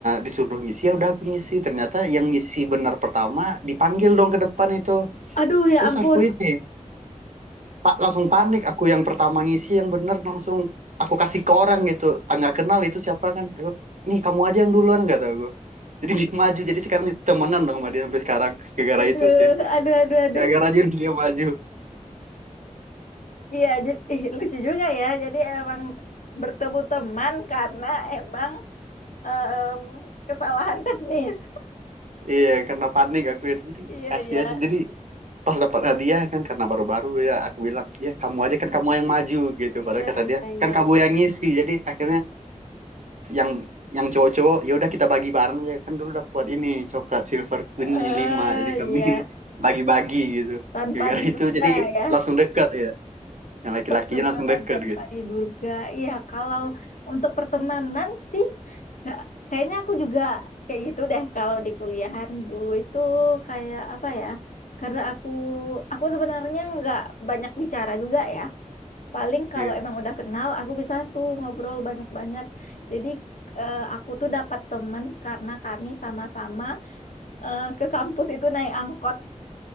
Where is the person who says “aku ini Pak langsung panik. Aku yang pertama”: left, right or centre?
Right